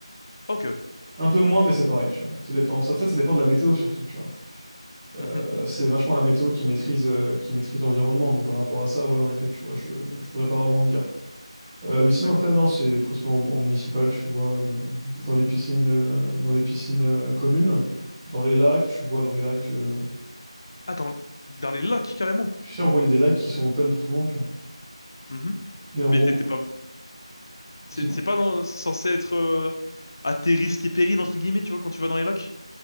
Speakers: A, on the left; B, on the right.
A: Ok, ok.
B: Un peu moins, mais c'est pareil, tu vois. Ça dépend. Ça, en fait, ça dépend de la météo surtout, tu vois.
A: Mhm,
B: Euh, c'est vachement la météo qui maîtrise, euh, qui maîtrise l'environnement. Donc par rapport à ça, ouais, en effet, tu vois, je, je pourrais pas vraiment te dire. Euh, mais sinon,
A: d'accord.
B: après, non, c'est principalement en, en municipal, tu vois, euh, dans les piscines, euh, dans les piscines euh, communes, dans les lacs, tu vois, dans les lacs. euh,
A: Ah, dans, dans les lacs, carrément.
B: Tu sais, en gros, il y a des lacs qui sont open pour tout le monde, tu vois.
A: Mhm.
B: Et en
A: Mais
B: gros,
A: t'étais
B: moi, tu vois,
A: pas, C'est
B: dis-moi.
A: c'est pas dans- censé être euh, à tes risques et périls, entre guillemets, tu vois, quand tu vas dans les lacs?